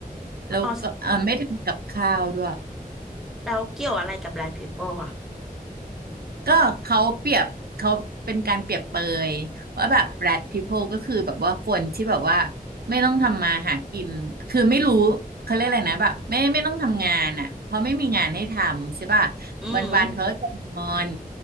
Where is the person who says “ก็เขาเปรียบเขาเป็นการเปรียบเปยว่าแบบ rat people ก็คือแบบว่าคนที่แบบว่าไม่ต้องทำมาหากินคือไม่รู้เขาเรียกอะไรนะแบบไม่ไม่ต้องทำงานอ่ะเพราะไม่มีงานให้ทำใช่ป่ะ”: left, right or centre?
Right